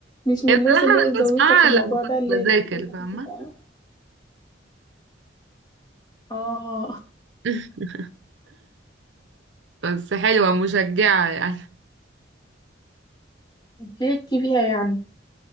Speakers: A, on the left; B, on the right.
A: مش من
B: هي بصراحة
A: الناس اللي هي الذويقة
B: أنا بسمعها
A: في الموضوع
B: لما كنت
A: ده اللي
B: بذاكر
A: هي بتجيب الأغاني
B: فاهمة
A: بقى. اه
B: <laughs> بس حلوة مشجعة يعني
A: ليكي فيها يعني